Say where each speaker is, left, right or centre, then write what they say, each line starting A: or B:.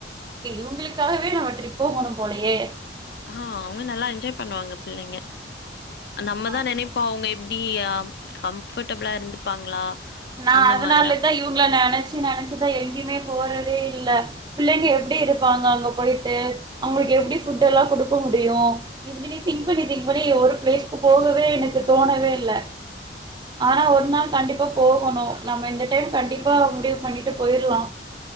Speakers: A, on the right; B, on the left.
A: ஏய் இவுங்குளுக்காகவே நாம்ம ட்ரிப்பு போகணும் போலயே
B: ஆ அவுங்க நல்லா என்ஜாய் பண்ணுவாங்க பிள்ளைங்க
A: ஆமா
B: நம்மதான் நினைப் இப்போ அவுங்க எப்டி ஆம் கம்ஃபர்ட்டபுளா இருந்துப்பாங்களா
A: நா
B: அந்த
A: அதனாலதான்
B: மாரி அப்
A: இவுங்ள நெனச்சு நெனச்சு தான் எங்கயுமே போறதே இல்ல பிள்ளைங்க எப்டி இருப்பாங்க அங்க போய்ட்டு அவுங்ளுக்கு எப்டி ஃபுட் எல்லாம் குடுக்க முடியும் இப்டி நீ திங்க் பண்ணி திங்க் பண்ணி ஒரு பிளேஸ்க்கு போகவே எனக்கு தோணவே இல்ல
B: கேட்கவில்லை
A: ஆனா ஒரு நாள் கண்டிப்பா போகணு நம்ம இந்த டைம் கண்டிப்பா முடிவு பண்ணிட்டு போயிர்லா